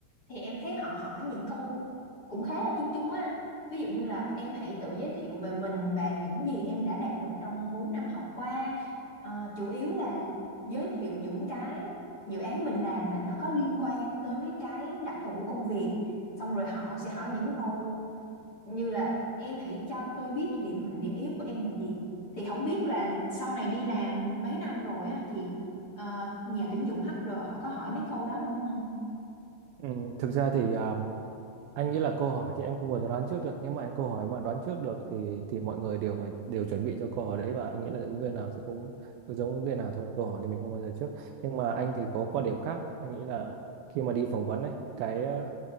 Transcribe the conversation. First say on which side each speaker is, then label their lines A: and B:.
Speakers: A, on the left; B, on the right.
A: thì em thấy họ hỏi những câu cũng khá là chung chung á anh. Ví dụ như là em hãy tự giới thiệu về mình và những gì em đã đạt được trong 4 năm học qua. Ờ, chủ yếu là giới thiệu những cái dự án mình làm mà nó có liên quan tới cái đặc thù của công việc xong rồi họ sẽ hỏi những câu như là em hãy cho tôi biết điểm mạnh điểm yếu của em là gì thì không biết là sau này đi làm mấy năm rồi á anh thì ờ, nhà tuyển dụng HR họ có hỏi mấy câu đó nữa không anh
B: Ừ, thực ra thì à, Anh nghĩ là câu hỏi thì em không bao giờ đoán trước được. Nếu mà câu hỏi mà đoán trước được thì thì mọi người đều phải đều chuẩn bị cho câu hỏi đấy và anh nghĩ là ứng viên nào sẽ cũng cũng giống ứng viên nào thôi. Câu hỏi thì mình không bao giờ trước. Nhưng mà anh thì có quan điểm khác. Anh nghĩ là khi mà đi phỏng vấn ấy, cái ờ,